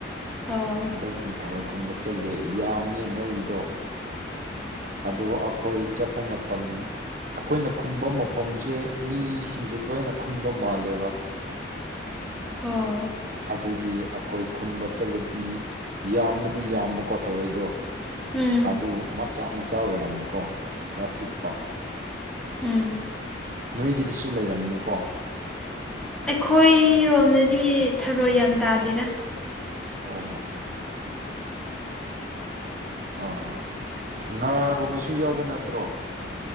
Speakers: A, in the centre; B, on the right (about 45°).
A: ꯑꯧ
B: ꯗꯨꯝ ꯊꯔꯣꯏ ꯈꯨꯟꯕ ꯆꯠꯂꯦ ꯌꯥꯝꯃꯦ ꯃꯣꯏꯒꯤꯗꯣ ꯑꯗꯣ ꯑꯩꯈꯣꯏ ꯆꯠꯄ ꯃꯇꯝ ꯑꯩꯈꯣꯏꯅ ꯈꯨꯟꯕ ꯃꯐꯝꯁꯦ ꯃꯤꯁꯤꯡꯁꯦ ꯇꯣꯏꯅ ꯈꯨꯟꯕ ꯃꯥꯜꯂꯦꯕ <inaudible>
A: ꯑꯣ
B: ꯑꯗꯨꯒꯤ ꯑꯈꯣꯏ ꯈꯨꯟꯕ ꯆꯠꯂꯗꯤ ꯌꯥꯝꯕꯗꯤ ꯌꯥꯝꯕꯀꯣ ꯊꯧꯔꯣꯏꯗꯣ
A: ꯎꯝ
B: ꯑꯗꯨ ꯃꯆꯥ ꯃꯆꯥ ꯑꯣꯏꯔꯝꯕꯀꯣ ꯈꯔ ꯄꯤꯛꯄ
A: ꯎꯝ
B: ꯅꯣꯏꯒꯤꯗꯨꯁꯨ ꯂꯩꯔꯝꯃꯅꯤꯀꯣ
A: ꯑꯩꯈꯣꯏꯔꯣꯝꯗꯗꯤ ꯊꯔꯣꯏ ꯌꯥꯝ ꯇꯥꯗꯦꯗ
B: ꯑꯣ ꯑꯥ ꯍꯥ ꯅꯒꯨꯝꯕꯁꯨ ꯌꯥꯎꯕ ꯅꯠꯇ꯭ꯔꯣ